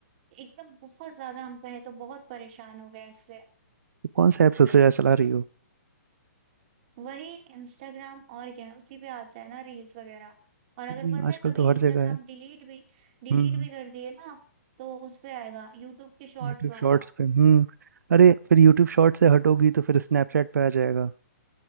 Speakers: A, on the right; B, on the right.
A: एकदम बहुत ज्यादा हम कहें तो बहुत परेशान हो गए इससे
B: तो कौन सा ऐप सबसे ज़्यादा चला रही हो
A: वही इंस्टाग्राम और क्या है उसी पे आता है ना रील्स वगैरह और अगर
B: नहीं,
A: पता
B: आजकल
A: है कभी
B: तो
A: इंस्टाग्राम
B: हर जगह है
A: डिलीट भी डिलीट
B: हम्म
A: भी कर दिए ना तो उस पे आएगा यूट्यूब के शॉर्ट्स
B: यूट्यूब
A: वाला
B: शॉर्ट्स पे हम्म अरे फिर यूट्यूब शॉर्ट से हटोगी तो फिर स्नैपचैट पे आ जाएगा